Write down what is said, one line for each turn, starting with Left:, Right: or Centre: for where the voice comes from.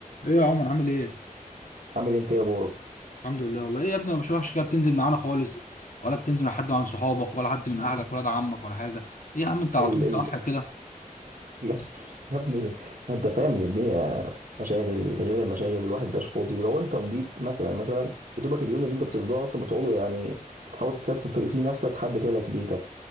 Left: ايه يا عمر عامل ايه؟
Right: عامل انت ايه يا بورك
Left: الحمد لله والله ايه يا ابني مش وحش كده بتنزل معانا خالص ولا بتنزل مع حد من صحابك ولا حد من اهلك ولا ده عمك ولا حاجه ايه يا عم انت على
Right: ال
Left: طول متوحد
Right: ال
Left: كده
Right: ال- <laughs> يا ابني ما انت فاهم ان الدنيا مشاغل غير المشاغل الواحد مبقاش فاضي ولو انت فضيت مثلا مثلا يا دوبك اليوم اللي انت بتفضاه اصلا بتقعده يعني بتحاول تستثمر في في نفسك حد جالك بيتك